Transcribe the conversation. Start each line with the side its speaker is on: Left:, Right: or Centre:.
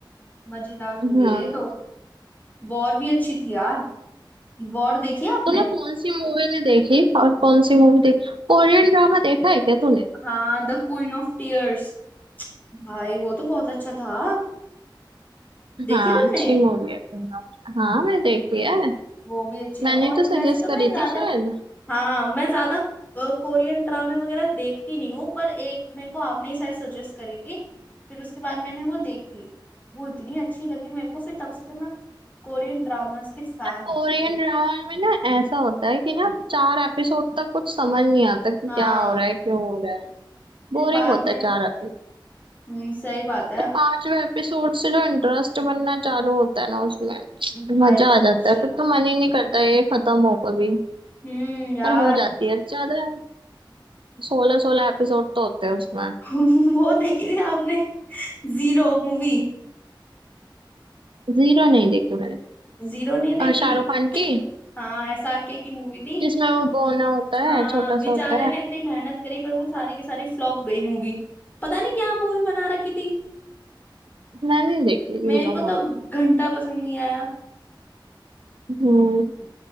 Left: मजेदार मूवी
Right: हाँ
Left: है ये तो वॉर भी अच्छी थी यार वॉर देखी है आपने
Right: तूने कौन सी मूवी नहीं देखी और कौन सी मूवी देखी कोरियन ड्रामा देखा है क्या तूने
Left: हाँ द क्वीन ऑफ टीयर्स भाई वो तो बहुत अच्छा था देखी
Right: हाँ
Left: तुमने
Right: अच्छी मूवी है प्रेमा। हाँ मैंने देखी है
Left: वो भी अच्छी है
Right: मैंने
Left: और
Right: तो सजेस्ट
Left: वैसे तो मैं
Right: करी
Left: ज्यादा
Right: थी शायद
Left: हाँ मैं ज्यादा अ, कोरियन ड्रामे वगैरह देखती नहीं हूँ पर एक मेरे को आपने ही शायद सजेस्ट करी थी फिर उसके बाद मैंने वो देखी वो इतनी अच्छी लगी मेरे को फिर तब से तो मैं कोरियन ड्रामास के फैन
Right: यार
Left: हो
Right: कोरियन
Left: चुकी हूँ
Right: ड्रामा में ना ऐसा होता है कि ना चार एपिसोड तक कुछ समझ नहीं आता कि
Left: हाँ
Right: क्या हो रहा है क्यों हो रहा है
Left: फिर
Right: बोरिंग
Left: बाद
Right: होता
Left: में
Right: है चार एपिसोड
Left: हम्म सही बात है
Right: फिर पांचवे एपिसोड से जो इंटरेस्ट बनना चालू होता है ना उसमें
Left: भाई
Right: मजा
Left: सच्ची
Right: आ जाता है फिर तो मन ही नहीं करता ये खत्म हो कभी
Left: हम्म यार
Right: पर हो जाती है ज्यादा सोलह सोलह एपिसोड तो होते हैं उसमें
Left: <laughs> वो देखी थी आपने जीरो मूवी
Right: जीरो नहीं देखी मैंने
Left: जीरो नहीं देखी
Right: और शाहरुख खान की
Left: हाँ एसआरके की मूवी थी
Right: जिसमें वो गोना होता है
Left: हाँ
Right: छोटा
Left: बेचारे
Right: सा होता है
Left: ने इतनी मेहनत करी पर वो सारी की सारी फ्लॉप गई मूवी पता नहीं क्या मूवी बना रखी थी
Right: मैंने नहीं देखी
Left: मेरे
Right: जीरो
Left: को
Right: मूवी
Left: तो घंटा पसंद नहीं आया
Right: हम्म